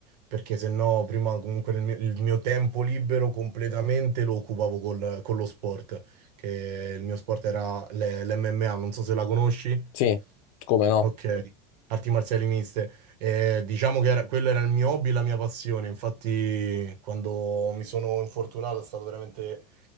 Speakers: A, on the right; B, on the left.
A: perché se no prima comunque nel mio- il mio tempo libero completamente lo occupavo col- con lo sport, che il mio sport era l'MMA, non so se la conosci.
B: Sì, come no?
A: Ok, arti marziali miste. Eh, diciamo che era- quello era il mio hobby, la mia passione. Infatti, quando mi sono infortunato è stato veramente